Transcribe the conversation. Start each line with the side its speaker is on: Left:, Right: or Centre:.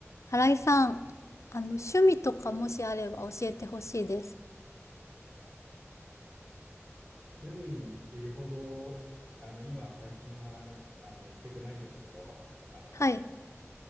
Left: 新井さん、あの、趣味とかもしあれば教えてほしいです。
Right: 趣味っていうほど、あの、今最近は、あの、行けてないんですけど、あの、
Left: はい。